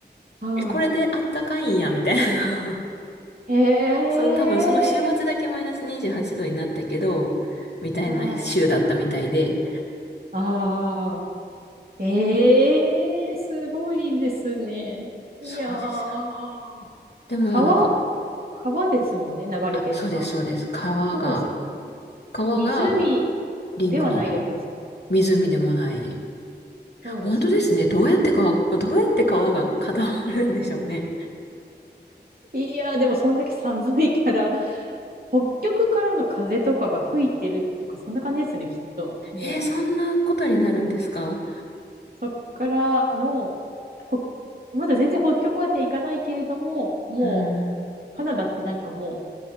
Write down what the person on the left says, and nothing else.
え、これで暖かいんや、みたいな。
その多分その週末だけマイナス28度になったけど、みたいな週だったみたいで、
そうですよね。でもなんか、
あ、そうです、そうです。川が、
川が
リンクになる。
湖でもない。
本当ですね。どうやって川、<laughs> どうやって川が固まるんでしょうね。
えーそんなことになるんですか
うんうん。